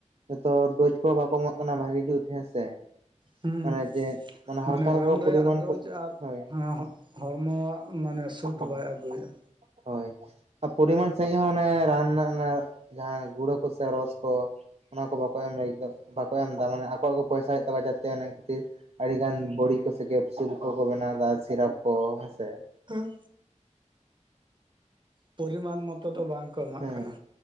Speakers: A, on the right (about 55°); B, on the right (about 40°).
A: ᱡᱚᱛᱚ ᱦᱚᱲ ᱰᱳᱡᱽ ᱠᱚᱦᱟᱸ ᱵᱟᱠᱚ ᱮᱢᱟᱜ ᱠᱟᱱᱟ ᱵᱷᱟᱜᱤ ᱡᱩᱛ ᱦᱮᱸ ᱥᱮ᱾
B: ᱦᱩᱸ
A: ᱚᱱᱮ ᱡᱮ ᱚᱱᱟ
B: ᱢᱟᱱᱮ
A: ᱦᱟᱞᱠᱟ ᱦᱟᱞᱠᱟ
B: ᱨᱟᱱ
A: ᱠᱚ
B: ᱨᱮᱭᱟᱜ
A: ᱯᱩᱨᱤᱢᱟᱱ
B: ᱰᱳᱡᱽ
A: ᱠᱚ
B: ᱟᱨ
A: ᱦᱳᱭ
B: ᱦᱮᱸ ᱦᱚᱸ ᱜ ᱦᱚᱲᱢᱚ-ᱟᱜ ᱢᱟᱱᱮ ᱥᱩᱴ
A: ᱦᱩᱸ᱾
B: ᱵᱟᱭ ᱟᱹᱜᱩᱭᱜ-ᱟ᱾
A: ᱦᱳᱭ ᱟ ᱯᱩᱨᱤᱢᱟᱱ ᱥᱟᱺᱦᱤᱡ ᱦᱚᱸ ᱚᱱᱮ ᱨᱟᱱ ᱨᱮᱱᱟᱜ ᱚᱱᱟ ᱡᱟᱦᱟᱸ ᱜᱩᱲᱟᱹ ᱠᱚ ᱥᱮ ᱨᱚᱥ ᱠᱚ ᱚᱱᱟ ᱠᱚ ᱵᱟᱠᱚ ᱮᱢ ᱞᱟᱹᱜᱤᱫᱽᱚᱜ ᱾ ᱵᱟᱠᱚ ᱮᱢ ᱫᱟ ᱢᱟᱱᱮ ᱟᱠᱚᱣᱟᱜ ᱜᱮ ᱯᱚᱭᱥᱟ ᱦᱩᱭᱩᱜ ᱛᱟᱠᱚᱣᱟ ᱡᱟᱛᱮ ᱚᱱᱟ ᱠᱷᱟᱹᱛᱤᱨ ᱟᱹᱰᱤ ᱜᱟᱱ ᱵᱳᱲᱤ ᱠᱚ ᱥᱮ ᱠᱮᱯᱥᱩᱞ ᱠᱚ ᱠᱚ ᱵᱮᱱᱟᱣ ᱮᱫᱟ ᱥᱤᱨᱟᱯ ᱠᱚ ᱦᱮᱸ ᱥᱮ ᱾
B: ᱦᱮᱸ ᱾ ᱯᱚᱨᱤᱢᱟᱱ ᱢᱚᱛᱚ ᱫᱚ ᱵᱟᱝ ᱠᱚ ᱮᱢᱟᱜ
A: ᱦᱮᱸ
B: ᱠᱟᱱᱟ᱾